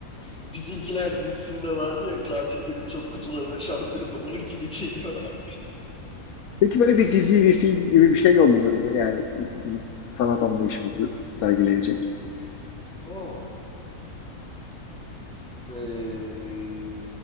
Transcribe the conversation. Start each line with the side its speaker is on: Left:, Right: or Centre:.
Centre: Bizimkiler dizisinde vardı ya katil gelip çöp kutularına çarpıyordu. Onun gibi geliyorlar.
Left: Peki böyle
Centre: <laughs>
Left: bir dizi, bir film gibi bir şey yollanır mı? Yani bizim sanat anlayışımızı sergileyecek.
Centre: Hmm. Ee,